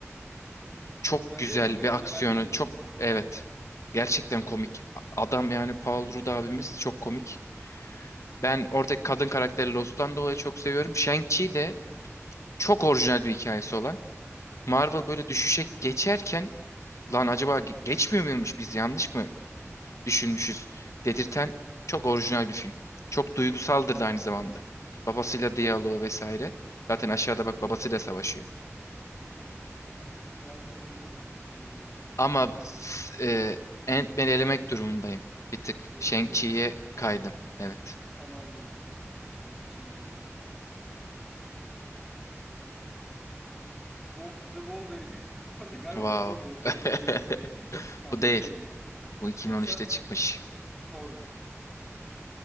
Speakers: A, in the centre; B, on the left.
A: Hı hı.
B: Çok
A: Bence
B: güzel
A: de çok iyi.
B: bir
A: Onu
B: aksiyonu.
A: ben de izledim
B: Çok
A: bu arada.
B: evet. Gerçekten
A: Çok keyifliydi.
B: komik. A- Adam yani Paul Rudd abimiz çok komik.
A: Evet.
B: Ben
A: Severiz.
B: oradaki kadın karakteri Lost'tan dolayı çok seviyorum. Shang-Chi de çok orijinal bir hikayesi olan. Marvel böyle düşüşe geçerken lan acaba ge- geçmiyor muymuş biz yanlış mı düşünmüşüz dedirten çok
A: Hı
B: orijinal
A: hı.
B: bir film. Çok duygusaldır da aynı zamanda. Babasıyla diyaloğu vesaire. Zaten
A: Evet.
B: aşağıda bak babasıyla savaşıyor.
A: Hı. Ben konuyu bilmiyorum çok fazla o yüzden.
B: Ama s- e, Ant-Man'i elemek durumundayım. Bir tık
A: Öyle
B: Shang-Chi'ye
A: mi diyorsun?
B: kaydım. Evet.
A: Tamamdır o zaman. Shang-Chi diyorum. Wo The Wolverine. <laughs> Bu arada galiba
B: Wow.
A: buydu.
B: <laughs>
A: Yok bu değildi bu değildi. <laughs> Ha
B: Bu
A: bu
B: değil.
A: değildi.
B: Bu 2013'te
A: Yoksa
B: çıkmış.
A: Thor mu?